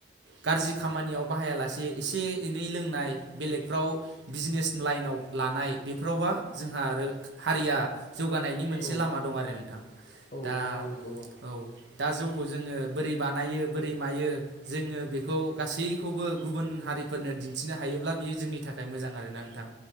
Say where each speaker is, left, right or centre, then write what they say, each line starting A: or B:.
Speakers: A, on the right; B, on the left.
A: गाज्रि खामानियाव बाहायालासे एसे एनै लोंनाय बेलेगफ्राव बिजनेस लाइनाव लानाय बेफोरावबा जोंहा आरो हारिया जौगानायनि मोनसे
B: औ
A: लामा दं आरो नोंथां
B: औ
A: दा
B: नोंथां औ नंगौ
A: औ दा जौखौ जोङो बोरै बानायो बोरै मायो जोङो बेखौ गासैखौबो गुबुन हारिफोरनो दिन्थिनो हायोब्ला बियो जोंनि थाखाय थाखाय मोजां आरो ना आांथां